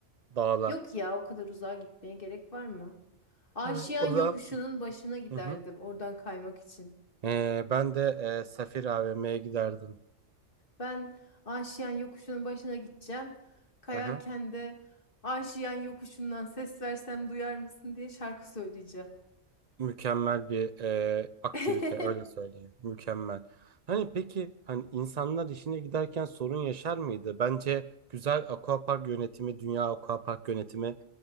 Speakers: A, on the right; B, on the left.
A: dağlar.
B: Yok ya o kadar uzağa gitmeye gerek var mı? Aşiyan
A: Hı. O
B: yokuşunun
A: zaman
B: başına giderdim
A: Hı hı.
B: oradan kaymak için.
A: Ee, ben de e, Safir AVM'ye giderdim.
B: Ben Aşiyan yokuşunun başına gideceğim. Kayarken
A: Hı hı.
B: de Aşiyan yokuşundan ses versem duyar mısın diye şarkı söyleyeceğim.
A: Mükemmel bir e, aktivite
B: <laughs>
A: öyle söyleyeyim. Mükemmel. Hani peki hani insanlar işine giderken sorun yaşar mıydı? Bence güzel aquapark yönetimi, dünya aquapark yönetimi